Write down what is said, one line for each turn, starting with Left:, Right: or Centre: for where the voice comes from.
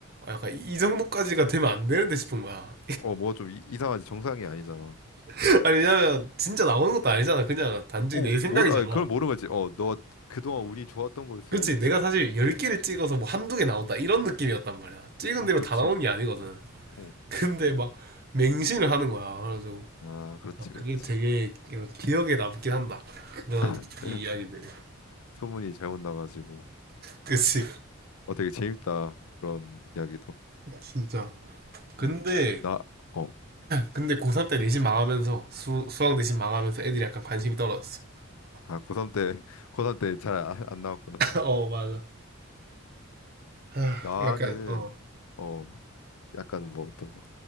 Right: 약간 이 정도까지가 되면 안 되는데 싶은 거야.
Left: 어, 뭐가 좀 이- 이상하지? 정상이 아니잖아.
Right: <laughs> 아니, 왜냐면, 진짜 나오는 것도 아니잖아. 그냥 단지
Left: 어,
Right: 내 생각이잖아.
Left: 모르, 아, 그걸 모르겠지. 어, 너 그동안 운이 좋았던 걸 수도
Right: 그렇지.
Left: 있지.
Right: 내가 사실 10개를 찍어서 뭐 한두 개 나온다. 이런 느낌이었단 말이야. 찍은
Left: 어,
Right: 대로
Left: 그렇지.
Right: 다 나오는 게 아니거든.
Left: 어.
Right: 근데 막, 맹신을 하는 거야. 그래가지고,
Left: 아, 그렇지,
Right: 막
Left: 그렇지.
Right: 그게 되게 기억에 남긴 한다. 그런
Left: <laughs>
Right: 이야기들.
Left: 소문이 잘못 나가지고.
Right: 그치.
Left: 어, 되게 재밌다. 그런 이야기도.
Right: 진짜. 근데
Left: 음. 나, 어,
Right: 근데 고3 때 내신 망하면서 수, 수학 내신 망하면서 애들이 약간 관심이 떨어졌어.
Left: 아, 고3 때, <laughs> 고3 때 잘 안 나왔구나.
Right: <laughs> 어, 맞아. <laughs>
Left: 나는,
Right: 약간 어.
Left: 어, 약간 뭐 어떤 거.